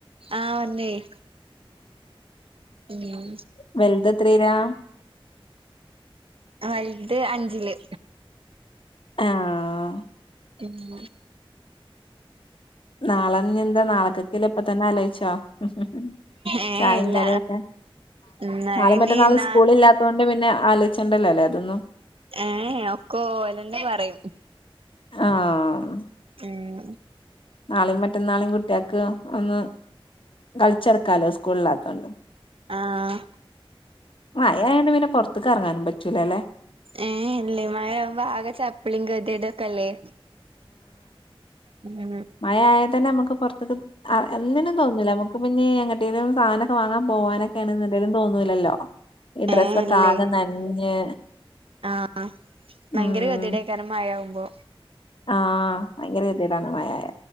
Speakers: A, on the right; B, on the left.
A: ആഹ് വന്നെയ് ഉം
B: വെൽത് എത്രീലാ
A: വെൽത് അഞ്ചില്
B: ആഹ്
A: ഉം
B: നാളെ ഇഞ്ഞി എന്താ നാളക്കെക്കെള്ളെ ഇപ്പ തന്നെ ആലോചിച്ചോ ഉം
A: ഏ
B: ചായയും
A: ഇല്ല
B: കടിയും ഒക്കെ
A: ഉം അയിന്
B: നാളെ മറ്റന്നാളും
A: നാളെ
B: സ്കൂളല്ലാത്തൊണ്ട് ണ്ട് പിന്നെ ആലോയ്ച്ചണ്ടല്ലോ ല്ലേ അതൊന്നും
A: ഏ ഏഹ് ഒക്കെ ഓലെന്നെ പറയും
B: ആഹ്
A: ഉം
B: നാളെയും മറ്റന്നാളെയും കുട്ട്യാൾക്ക് ഒന്ന് കളിച്ചടക്കാലോ സ്കൂളില്ലാത്തോണ്ട്
A: ആഹ്
B: മഴ ആയോണ്ട് പിന്നെ പുറത്ത്ക്കെറങ്ങാനും പറ്റൂലാല്ലേ
A: ഏയ് ഇല്ല മഴ ആവുമ്പം ആകെ ചപ്പ്ളിയും കെതേടൊക്കല്ലേ ഉം
B: മഴ ആയാൽ തന്നെ നമുക്ക് പൊറത്ത്ക്ക് എന്തിനും തോന്നുല്ല നമുക്ക് അപ്പൊ പിന്നെ എങ്ങട്ടേലും സാനൊക്കെ വാങ്ങാൻ പോവാനൊക്കെ ആണ്ന്ന്ണ്ടേലും തോന്നൂലല്ലോ ഈ ഡ്രസ്സൊക്കെ
A: ഏഹ് ഇല്ലേ
B: ആകെ നനഞ്ഞ്
A: ആഹ് ഭയങ്കര
B: ഉം
A: കെതേടെയ്ക്കാരം മഴാവുമ്പോ
B: ആഹ് ഭയങ്കര കെതേടാണ് മഴ ആയ